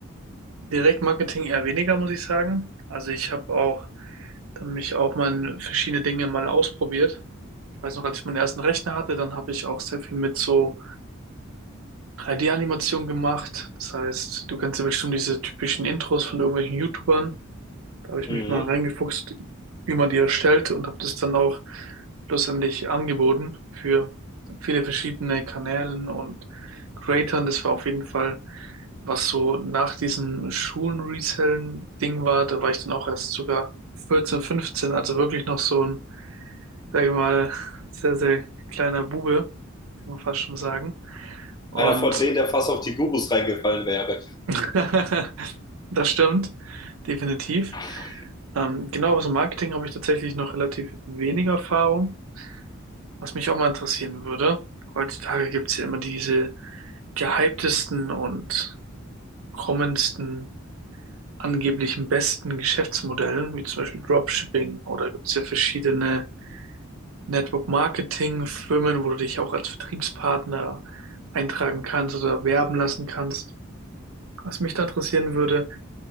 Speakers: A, on the right (about 80°); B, on the left (about 20°).
A: Direktmarketing eher weniger, muss ich sagen. Also ich habe auch dann mich auch mal in verschiedene Dinge mal ausprobiert. Ich weiß noch, als ich meinen ersten Rechner hatte, dann habe ich auch sehr viel mit so 3D-Animation gemacht. Das heißt, du kennst ja bestimmt diese typischen Intros von irgendwelchen YouTubern Da habe ich
B: Mhm.
A: mich mal reingefuchst, wie man die erstellt und habe das dann auch schlussendlich angeboten für viele verschiedene Kanälen und Creatern. Das war auf jeden Fall, was so nach diesem Schulen-Resellen-Ding war. Da war ich dann auch erst sogar 14, 15, also wirklich noch so ein, sage ich mal, <laughs> sehr, sehr kleiner Bube, kann man fast schon sagen. Und
B: Einer von denen, der fast auf die Gurus reingefallen wäre.
A: <laughs> Das stimmt, definitiv.
B: <laughs>
A: Ähm, genau, aber so Marketing habe ich tatsächlich noch relativ wenig Erfahrung. Was mich auch mal interessieren würde, heutzutage gibt es ja immer diese gehyptesten und kommendsten, angeblichen besten Geschäftsmodellen, wie zum Beispiel Dropshipping oder gibt es ja verschiedene Network-Marketing-Firmen, wo du dich auch als Vertriebspartner eintragen kannst oder werben lassen kannst. Was mich da interessieren würde,